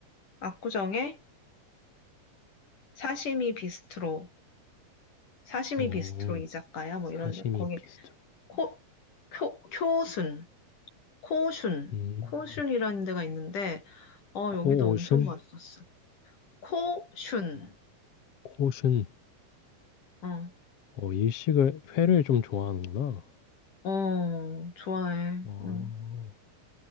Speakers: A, on the left; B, on the left.
A: 압구정에 사시미 비스트로, 사시미
B: 어,
A: 비스트로 이자카야 뭐
B: 사시미
A: 이런 데 거기
B: 비스트로.
A: 코, 쿄, 쿄순, 코슌,
B: 음,
A: 코슌이라는 데가 있는데 어
B: 코오슌,
A: 여기도 엄청 맛있었어. 코슌.
B: 코오슌.
A: 어,
B: 어 일식을 회를 좀 좋아하는구나.
A: 어 좋아해.
B: 어.
A: 어.